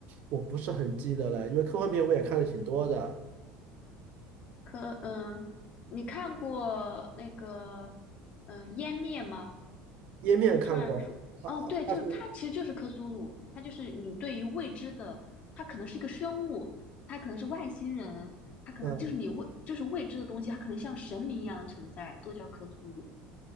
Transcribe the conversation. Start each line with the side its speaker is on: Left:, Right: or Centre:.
Right: 我不是很记得了，因为科幻片我也看的挺多的，
Left: 科。嗯，你看过那个嗯《湮灭》吗？
Right: 《页面》看过，
Left: 就是突然出，
Right: 它它是
Left: 哦，对，就是它其实就是克苏鲁，它就是你对于未知的，它可能是一个生物，它可能是外星人，它可能就是你未就是未知的东西，
Right: 嗯
Left: 它可能像神明一样的存在，都叫克苏鲁。